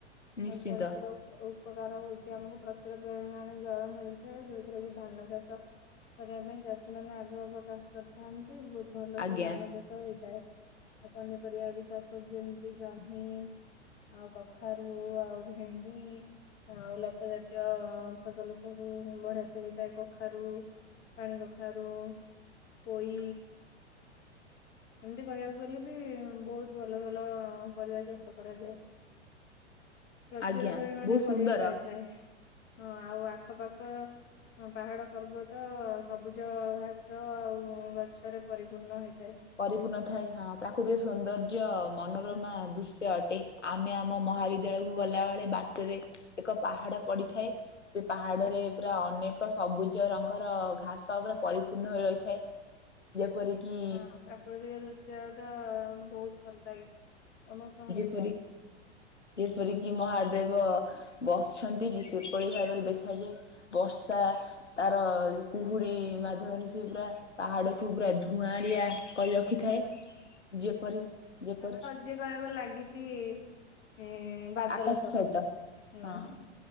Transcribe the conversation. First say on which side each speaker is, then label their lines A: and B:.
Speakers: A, on the left (about 80°); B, on the left (about 30°).
A: ନିଶ୍ଚିନ୍ତ
B: ହଉ ସତ ରହୁ। <inaudible> ଉପକାର ହଉଛି ଆମକୁ ପ୍ରଚୁର ପରିମାଣ ଜଳ ମିଳିଥାଏ ଯୋଉଥିରେ କି ଧାନ ଚାଷ କରିବା ପାଇଁ ଚାଷୀ ମାନେ ଆଗ୍ରହ ପ୍ରକାଶ କରିଥାନ୍ତି ବହୁତ ଭଲସେ
A: ଆଜ୍ଞା
B: ଧାନ ଚାଷ ଚାଷ ହୋଇଥାଏ ଆଉ ପନିପରିବା ବି ଚାଷ ଯେମିତି ଜହ୍ନି ଆଉ କଖାରୁ ଆଉ ଭେଣ୍ଡି ଆଉ ଲତା ଜାତୀୟ ଫସଲ ସବୁ ବଢ଼ିଆସେ ହେଇଥାଏ କଖାରୁ। ପାଣି କଖାରୁ ପୋଇ। ଏମିତି କହିବାକୁ ଗଲେ ବି ବହୁତ ଭଲ ଭଲ ପରିବା ଚାଷ କରାଯାଏ। ପ୍ରଚୁର
A: ଆଜ୍ଞା
B: ପରିମାଣରେ
A: ବହୁତ
B: ପରିବା
A: ସୁନ୍ଦର
B: ମିଳିଥାଏ। ହଁ ଆଉ ଆଖ ପାଖ। ହଁ ପାହାଡ଼ ପର୍ବତ ସବୁଜ ଘାସ ଆଉ ଗଛରେ ପରିପୂର୍ଣ୍ଣ ହେଇଥାଏ।
A: ପରିପୂର୍ଣ୍ଣ ଥାଏ ହଁ ପ୍ରାକୃତିକ ସୌନ୍ଦର୍ଯ୍ୟ ମନର
B: ହୁଁ।
A: ମା ଦୃଶ୍ୟ ଅଟେ। ଆମେ ଆମ ମହାବିଦ୍ୟାଳୟକୁ ଗଲା ବେଳେ ବାଟରେ ଏକ ପାହାଡ ପଡିଥାଏ। ସେ ପାହାଡରେ ପୁରା ଅନେକ ସବୁଜ ରଙ୍ଗର ଘାସ ପୁରା ପରିପୂର୍ଣ୍ଣ ହୋଇ ରହିଥାଏ ଯେପରିକି
B: ହଁ ପ୍ରାକୃତିକ ଦୃଶ୍ୟ ତ ବହୁତ ଭଲ ଲାଗେ। ସମସ୍ତଙ୍କୁ
A: ଯେପରିକ।
B: ଭଲ ଲାଗେ।
A: ଯେପରିକି ମହାଦେବ ବସିଛନ୍ତି କି ସେପଳି ଭାବରେ ଦେଖାଯାଏ। ବର୍ଷା। ତାର କୁହୁଡି ମାଧ୍ୟମରେ ସେ ପୁରା ପାହାଡକୁୁ ପୁରା ଧୂଆଁଳିଆ। କରି ରଖିଥାଏ
B: ହୁଁ
A: ଯେପରି ଯେପରି
B: ଯେ କହିବାରେ ଲାଗିଛି ଉଁ ବାଦଲ
A: ଆକାଶ
B: ସହ
A: ସହିତ
B: ହୁଁ
A: ହଁ
B: ହୁଁ।